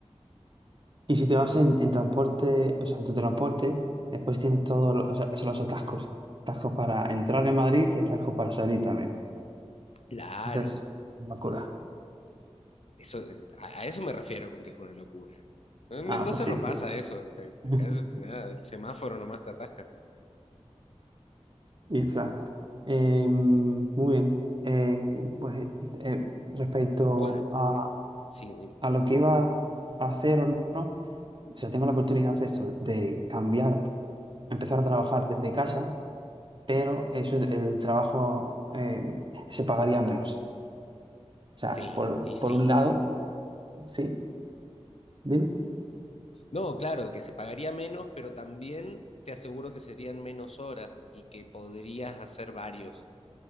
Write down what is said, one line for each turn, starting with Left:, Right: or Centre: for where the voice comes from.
Right: Y si te vas en, en transporte, o sea, en tu transporte, después tienes todos los, o sea, son los atascos. Atascos para entrar en Madrid y atascos para salir también.
Left: Claro,
Right: Entonces, una locura.
Left: Eso, es- a, a eso me refiero con que es una locura. En
Right: Ah,
Left: Mendoza
Right: pues sí,
Left: no pasa
Right: sí.
Left: eso. eh,
Right: <laughs>
Left: Acá es nada, el semáforo nomás te atasca.
Right: Exacto. Eh, mm, muy bien. Eh, pues eh, respecto
Left: Bueno,
Right: a,
Left: sí,
Right: a lo que iba a hacer o no, si yo tengo la oportunidad de hacer eso, de cambiar, empezar a trabajar desde casa, pero eso, el trabajo eh, se pagaría menos. O sea,
Left: sí,
Right: por,
Left: y sí.
Right: por un lado, sí, dime.
Left: No, claro, que se pagaría menos, pero también te aseguro que serían menos horas y que podrías hacer varios.